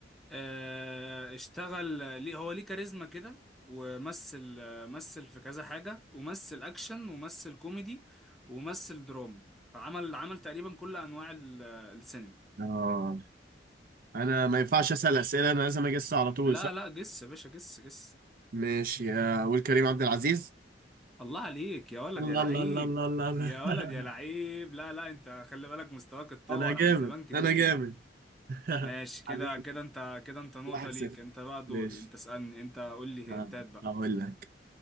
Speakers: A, in the centre; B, on the right (about 50°).
A: آه اشتغل ليه هو ليه كاريزما كده ومثل آه، مثل في كذا حاجة ومثل اكشن ومثل كوميدي ومثل دراما فعمل عمل تقريبا كل انواع ال- آه، السينما
B: اه انا ما ينفعش اسأل اسئلة انا لازم اجس على طول
A: لا
B: صح
A: لا جس يا باشا جس جس
B: ماشي آه، اقول كريم عبد العزيز
A: الله عليك يا ولد
B: الله
A: يا لعيب
B: الله الله الله الله الله.
A: يا ولد
B: <laughs>
A: يا لعيب لا لا انت خلي بالك مستواك اتطور
B: انا جامد
A: عن زمان كتير
B: انا جامد <laughs>
A: ماشي كده
B: حبيبي
A: كده انت كده انت نقطة
B: واحد
A: ليك
B: صفر
A: انت بقى دوري
B: ماشي
A: انت اسألني انت قول لي
B: آه،
A: هنتات بقى
B: هقول لك